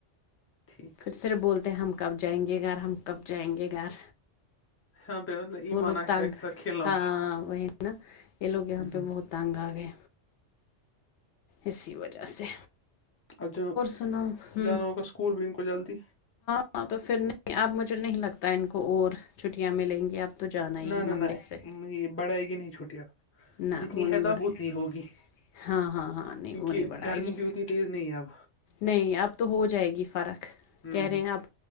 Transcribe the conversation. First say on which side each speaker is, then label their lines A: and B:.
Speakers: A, on the left; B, on the left.
A: ٹھیک
B: پھر صرف بولتے ہیں ہم کب جائیں گے ار ہم کب جائیں گے گھر
A: یہاں پہ مطلب ایمان
B: وہ لوگ
A: عائشہ
B: تگ
A: کے ساتھ کھیلنا ہوگا
B: ہاں وہ نا یہ لوگ یہاں
A: ہ
B: پہ بہت تانگ آ گئے اسی وجہ سے
A: اور جو
B: سناؤ ہوں
A: جانا ہوگا اسکول بھی ان کو جلدی
B: ہاں تو پھر نہیں اب مجھے نہیں لگتا ہے ان کو اور چھٹیاں ملیں گی اب تو جانا ہی
A: نہ
B: ہے
A: نہ
B: منڈے
A: نہ
B: سے
A: یہ بڑھائے گی نہیں چھوٹیا
B: نہ
A: جتنی
B: وہ نہیں
A: ہے
B: بڑھائے
A: تو اب اتنی ہوگی
B: ہاں ہاں ہاں نہیں
A: کیونکہ
B: وہ نہیں بڑھائے
A: گرمی
B: گی
A: بیت ن نے تیز نیب
B: نہیں اب تو ہو جائے گی فرق
A: ہ
B: کہہ رہے ہیں اپ